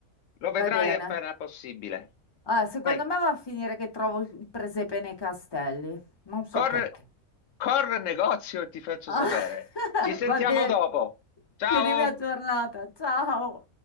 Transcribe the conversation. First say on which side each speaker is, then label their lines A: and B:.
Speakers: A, on the left (about 65°); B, on the left (about 25°).
A: Lo
B: Va
A: vedrai
B: bene.
A: appena possibile.
B: Ah, secondo
A: Vai,
B: me va a finire che trovo il presepe nei castelli, non so
A: corre,
B: perché.
A: corre al negozio e ti faccio
B: <laughs>
A: sapere. Ci sentiamo
B: Va bene.
A: dopo. Ciao!
B: Tienimi aggiornata. Ciao.